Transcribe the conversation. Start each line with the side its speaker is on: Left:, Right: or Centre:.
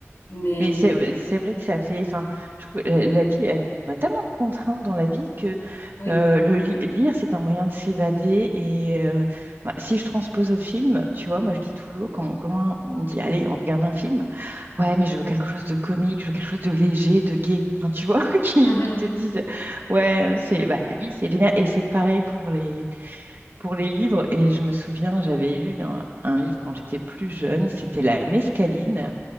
Left: Mais
Right: Mais c'est euh, c'est vrai que ça fait, enfin, je trouve- la, la vie, elle- on a tellement de contraintes dans la vie que
Left: oui.
Right: euh, le li- lire, c'est un moyen de s'évader. Et euh, bah, si je transpose au film, tu vois, moi je dis toujours, quand, quand on me dit, allez, on regarde un film, Ouais, mais je veux quelque chose de comique, je veux quelque chose de léger, de gai. Enfin, tu vois, <laughs> qui,
Left: Mhm.
Right: qui te disent, ouais, euh, c'est bah, la vie, c'est génial. Et c'est pareil pour les, pour les livres. Et je me souviens, j'avais lu un, un livre quand j'étais plus jeune, c'était La Mescaline.